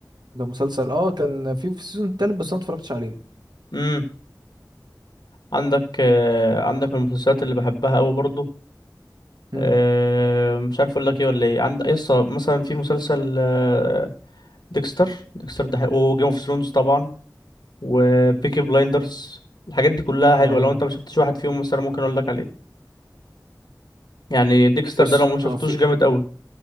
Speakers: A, on the right; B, on the left.
A: ده مسلسل اه كان في في سيزون تالت بس انا اتفرجتش عليه
B: امم عندك آه عندك من المسلسلات اللي بحبها أوي برضو
A: امم
B: آه مش عارف أقول لك إيه ولا إيه عند يا اسطى مثلا في مسلسل آه ديكستر ديكستر ده حلو وجيم أوف ثرونز طبعا وبيكي بلايندرز الحاجات دي كلها حلوة
A: اه
B: لو أنت ما شفتش واحد فيهم مثلا ممكن أقول لك عليه يعني ديكستر
A: يا اسطى
B: ده لو ما شفتوش
A: في
B: جامد أوي